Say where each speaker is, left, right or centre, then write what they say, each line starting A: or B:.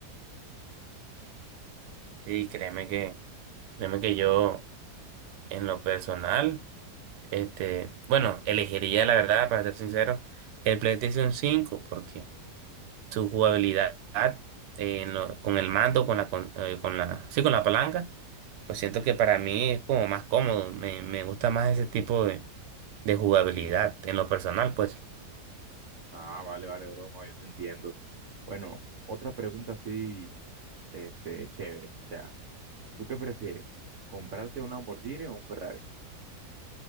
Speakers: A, on the right; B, on the right.
A: Sí, créeme que, créeme que yo. En lo personal, este, bueno, elegiría la verdad, para ser sincero, el PlayStation 5 porque su jugabilidad eh, en lo- con el mando, con la, con, eh, con la, sí, con la palanca, pues siento que para mí es como más cómodo, me, me gusta más ese tipo de, de jugabilidad en lo personal, pues.
B: Ah, vale, vale, bro, no, yo te entiendo. Bueno, otra pregunta así, este, chévere. O sea, ¿tú qué prefieres? ¿Comprarte un Lamborghini o un Ferrari?